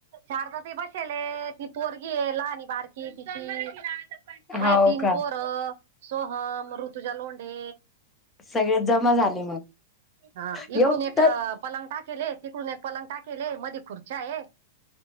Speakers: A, on the right; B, on the left.
A: शारदा त बसेल ती पोरगी लह आणि बारकी तिची.
B: हो
A: मा तीन
B: का
A: पोर सोहम ऋतुच्या लोंढे.
B: सगळे जमा झाले मग
A: हा
B: येऊ
A: इकडून एक.
B: तर
A: पलंग टा केले तिकडून एक पलंग टा केले मधी खुर्च्या आहे.